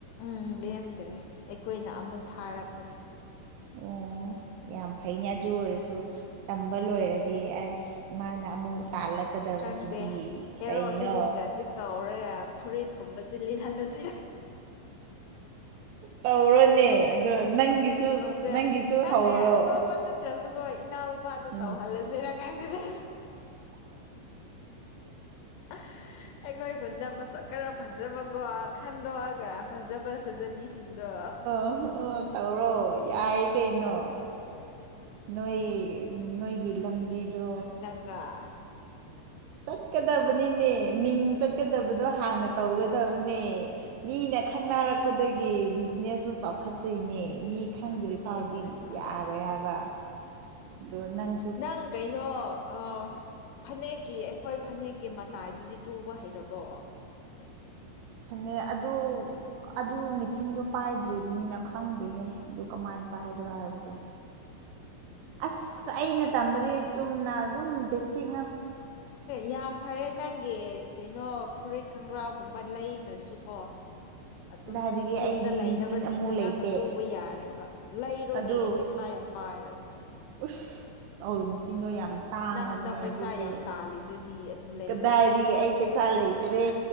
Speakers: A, on the left; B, on the right.
A: ꯎꯝ ꯂꯦꯝꯗ꯭ꯔꯦ ꯑꯩꯈꯣꯏꯅ ꯑꯃꯨꯛ ꯊꯥꯔꯛꯄꯅꯦ
B: ꯑꯣ ꯌꯥꯝ ꯐꯩꯅꯦ ꯑꯗꯨ ꯑꯣꯏꯔꯁꯨ ꯇꯝꯕ ꯂꯣꯏꯔꯗꯤ
A: ꯎꯝ
B: ꯑꯁ ꯃꯥ ꯅ ꯃꯨ ꯇꯥꯂꯛ ꯀꯠꯀꯗꯕꯁꯤꯗꯤ
A: ꯈꯪꯗꯦ ꯍꯦꯔꯣ
B: ꯀꯩꯅꯣ
A: ꯍꯦꯔꯤꯟꯒꯁꯤ ꯀꯧꯔꯒ ꯐꯨꯔꯤꯠꯀꯨꯝꯕꯁꯤ ꯂꯤꯠꯍꯜꯂꯁꯤ
B: ꯇꯧꯔꯣꯅꯦ ꯑꯗꯣ ꯅꯪꯒꯤꯁꯨ
A: ꯁꯦ
B: ꯅꯪꯒꯤꯁꯨ
A: ꯈꯪꯗꯦ
B: ꯍꯧꯔꯣ
A: ꯑꯇꯣꯞꯄꯅ ꯅꯠꯇ꯭ꯔꯁꯨꯀꯣ ꯏꯅꯥꯎ ꯂꯨꯄꯥꯗꯣ
B: ꯎꯝ
A: ꯇꯧꯍꯜꯂꯁꯤꯔ ꯀꯥꯟꯒꯁ ꯑ ꯑꯩꯈꯣꯏ ꯈꯨꯟꯗ ꯃꯁꯛ ꯈꯔ ꯐꯖꯕꯀꯣ ꯈꯟꯗꯣꯛꯑꯒ ꯐꯖꯕ ꯐꯖꯕꯤꯁꯤꯡꯗꯣ
B: ꯑꯣ ꯑꯣ ꯇꯧꯔꯣ ꯌꯥꯏ ꯀꯩꯅꯣ
A: ꯇꯧꯍꯜꯂꯁꯤꯔ ꯈꯪꯗꯦ
B: ꯅꯣꯏ ꯅꯣꯏꯒꯤ ꯂꯝꯕꯤꯗꯣ
A: ꯇꯔꯥ
B: ꯆꯠꯀꯗꯕꯅꯤꯅꯦ ꯃꯤꯡ ꯆꯠꯀꯗꯕꯗꯣ ꯍꯥꯟꯅ ꯇꯧꯒꯗꯕꯅꯦ ꯃꯤꯅ ꯈꯪꯅꯔꯛꯄꯗꯒꯤ ꯕꯤꯖꯤꯅꯦꯁꯁꯨ ꯆꯥꯎꯈꯠꯇꯣꯏꯅꯦ ꯃꯤ ꯈꯪꯗ꯭ꯔꯤ
A: ꯑꯗꯨꯅꯦ
B: ꯐꯥꯎꯗꯤ
A: ꯍꯣꯏ ꯍꯣꯏ
B: ꯌꯥꯔꯣꯏ ꯍꯥꯏꯕ
A: <inaudible>
B: ꯅꯪ
A: ꯅꯪ ꯀꯩꯅꯣ ꯑꯣ ꯐꯅꯦꯛꯀꯤ ꯑꯩꯈꯣꯏ ꯐꯅꯦꯛꯀꯤ ꯃꯇꯥꯏꯗꯨꯗꯤ ꯇꯨꯕ ꯍꯩꯔꯕꯣ
B: ꯐꯅꯦꯛ ꯑꯗꯨ ꯑꯗꯨ ꯃꯦꯆꯤꯟꯗꯣ ꯄꯥꯏꯗ꯭ꯔꯤꯕꯅꯤꯅ ꯈꯪꯗꯦꯍꯦ ꯑꯗꯨ ꯀꯃꯥꯏꯅ
A: ꯑꯣ
B: ꯄꯥꯏꯕ꯭ꯔꯥ ꯍꯥꯏꯕꯗꯣ ꯑꯁ ꯑꯩꯅ ꯇꯝꯕꯗꯤ ꯆꯨꯝꯅ ꯑꯗꯨꯝ ꯕꯦꯁꯤꯡ
A: ꯌꯥꯝ ꯐꯔꯦ ꯅꯪꯒꯤ ꯀꯩꯅꯣ ꯐꯨꯔꯤꯠ ꯈꯣꯡꯒ꯭ꯔꯥꯎꯒꯨꯝꯕ ꯂꯩꯗ꯭ꯔꯁꯨꯀꯣ ꯑꯗꯨꯝ
B: ꯀꯗꯥꯏꯗꯒꯤ
A: ꯌꯨꯝꯗ
B: ꯑꯩꯗꯤ
A: ꯂꯩꯅꯕꯁꯤꯡꯁꯨ
B: ꯃꯦꯆꯤꯟ ꯑꯃꯨꯛ
A: ꯅꯪꯅ
B: ꯂꯩꯇꯦ
A: ꯇꯨꯕ ꯌꯥꯔꯦꯕ ꯂꯩꯔꯣꯅꯦ
B: ꯑꯗꯨ
A: ꯄꯩꯁꯥ ꯌꯥꯝ ꯄꯥꯏꯔ ꯀꯔꯤ
B: ꯎꯁ ꯑ ꯃꯦꯆꯤꯟꯗꯣ ꯌꯥꯝ ꯇꯥꯡꯉꯕꯅꯦ
A: ꯅꯪ ꯍꯟꯗꯛ ꯄꯩꯁꯥ
B: ꯍꯧꯖꯤꯛꯁꯦ
A: ꯌꯥꯝ ꯇꯥꯜꯂꯤꯗꯨꯗꯤ ꯑꯗꯨ ꯂꯩꯔꯣ
B: ꯀꯗꯥꯏ ꯑꯩ ꯄꯩꯁꯥ ꯂꯩ ꯂꯩꯔꯦ